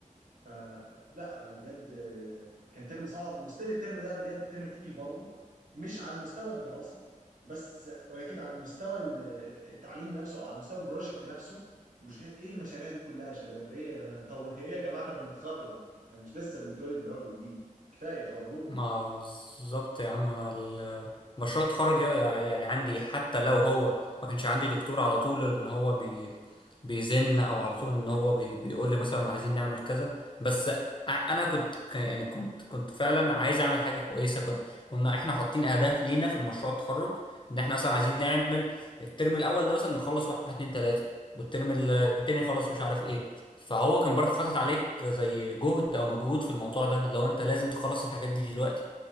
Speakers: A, on the right (about 70°); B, on the left (about 35°).
A: فلا بجد آه، كان ترم صعب وستيل الترم ده بجد ترم تقيل برضه مش على مستوى الدراسه بس ولكن على المستوى ال- التعليم نفسه او على مستوى البروجكت نفسه البروجكت ايه المشاريع دي كلها يا شباب ايه <laughs> طب ايه يا جماعه احنا بنتخرج احنا مش لسه بنتولد من اول وجديد كفايه خرجونا
B: ما بالظبط يا عم انا ال- مشروع التخرج يعني عندي حتى لو هو ما كانش عندي دكتور على طول ان هو بي بيزن او على طول ان هو بي بيقول لي مثلا عايزين نعمل كذا بس أ- انا كنت ك- يعني كنت كنت فعلا عايز اعمل حاجه كويسه كنت كنا احنا حاطين اهداف لينا في المشروع التخرج ان احنا مثلا عايزين نعمل الترم الاول ده مثلا نخلص واحد اتنين تلاته والترم التاني نخلص مش عارف ايه فهو كان برضه حاطط عليك زي جهد او مجهود في الموضوع ده لو انت لازم تخلص الحاجات دي دلوقتي